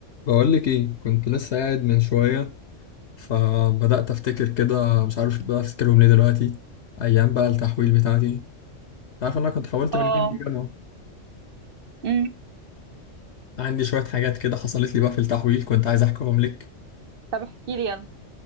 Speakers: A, on the left (about 65°); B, on the right (about 55°).
A: بقول لك ايه كنت لسه قاعد من شويه فبدات افتكر كده مش عارف بقى افتكرهم ليه دلوقتي ايام بقى التحويل بتاعتي انت عارف إن انا كنت حولت
B: اه
A: من جامعه لجامعه
B: امم
A: فعندي شويه حاجات كده حصلت لي بقى في التحويل كنت عايز احكيهم لك
B: طب احكي لي يلا